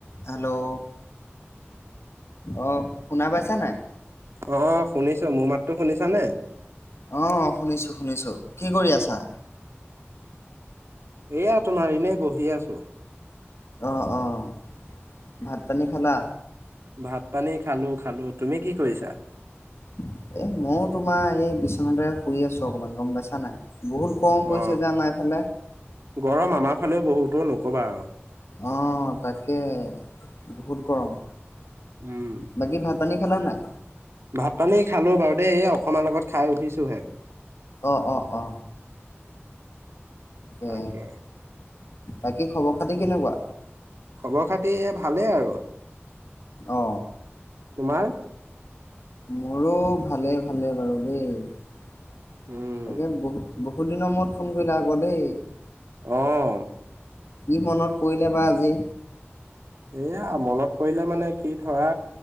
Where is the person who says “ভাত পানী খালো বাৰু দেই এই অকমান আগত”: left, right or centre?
Right